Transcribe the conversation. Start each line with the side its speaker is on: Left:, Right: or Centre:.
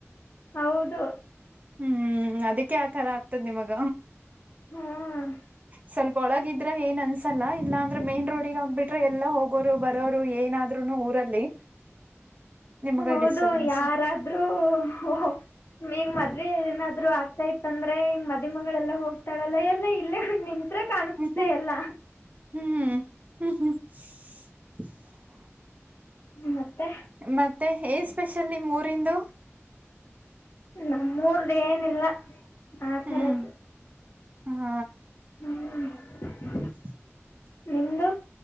Left: ಹೌದು
Right: ಹ್ಮ್ ಅದಕ್ಕೆ ಆತರ ಆಗ್ತದ ನಿಮಗ
Left: ಹ್ಮ
Right: ಸ್ವಲ್ಪ ಒಳಗಿದ್ <unintelligible> ಏನ್ ಅನ್ಸಲ್ಲ ಇಲ್ಲಾಂದ್ರೆ ಮೆನ್ ರೋಡಿಗ್ ಆಗ್ಬಿಟ್ರೆ ಎಲ್ಲಾ ಹೋಗೋರು ಬರೋರು ಏನಾದ್ರೂನು ಊರಲ್ಲಿ ನಿಮ್ಗ
Left: ಹೌದು
Right: ಡಿಸ್ಟರ್ಬೆನ್ಸ್
Left: ಯಾರಾದ್ರೂ ಓಹೋ ಈಗ ಮದ್ವೆ ಏನಾದ್ರು ಆಗ್ತಾ ಇತ್ತ ಅಂದ್ರೆ ಹಿಂಗ ಮದು ಮಗಳಲ್ಲ ಹೋಗ್ತಾಳಲ್ಲ ಎಲ್ಲಾ ಇಲ್ಲೇ ಬಂದ್ ನಿನ್ <unintelligible> ಕಾಣಿಸುತ್ತೆ
Right: ಹ್ಮ್
Left: ಎಲ್ಲ
Right: ಹ್ಮ್ <inaudible>
Left: ಹು ಮತ್ತೆ
Right: ಮತ್ತೆ ಏನ್ ಸ್ಪೆಷಲ್ ನಿಮ್ಮೂರಿಂದು.
Left: ನಮ್ಮೂರ್ ಏನಿಲ್ಲ ಆ
Right: ಹ್ಮ್
Left: ತರದ್ದು
Right: ಹಾ.
Left: ಹ್ಮೂ
Right: <inaudible>
Left: ನಿಮ್ದು